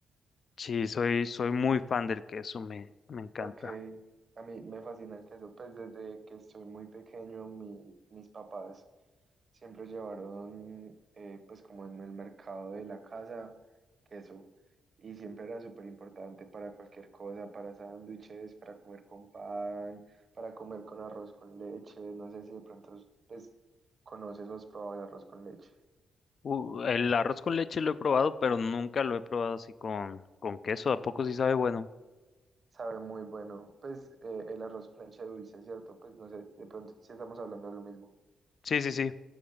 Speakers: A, on the left; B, on the right.
A: Sí, soy, soy muy fan del queso, me, me encanta.
B: Ok, a mí me fascina el queso, pues desde que estoy muy pequeño mi- mis papás siempre llevaron eh, pues como en el mercado de la casa queso y siempre era súper importante para cualquier cosa, para sándwiches, para comer con pan, para comer con arroz con leche, no sé si de pronto pues conoces o has probado el arroz con leche.
A: Uh, el arroz con leche lo he probado, pero nunca lo he probado así con, con queso. ¿A poco sí sabe bueno?
B: Sabe muy bueno, pues eh, el arroz con leche dulce, ¿cierto? Pues no sé, de pronto si estamos hablando de lo mismo.
A: Sí, sí, sí.